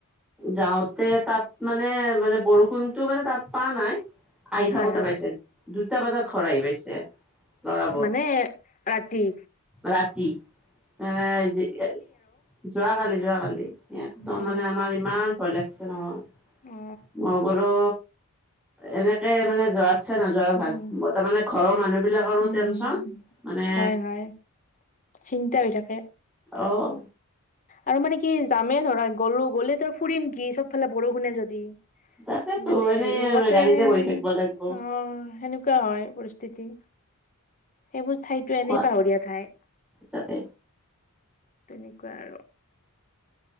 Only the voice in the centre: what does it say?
যাওঁতে তাত মানে মানে বৰষুণটো মানে তাত পা নাই। আহি
থাকোতে
পাইছে দুটা বজাত ঘৰ আহি পাইছে। ল'ৰাবোৰ
ৰাতি মানে যোৱাকালি যোৱাকালি। একদম
মানে আমাৰ ইমান ভয় লাগিছে নহয়
মই বোলো এনেকে মানে যোৱাত ইচ্ছা নোযোৱাও ভাল,
মই তাৰমানে ঘৰৰ মানুহ বিলাকৰো
টেনচন মানে
অহ।
তাকেতো
এনেই
গাড়ীতে
বহি থাকিব লাগিব
কোৱা
তাকে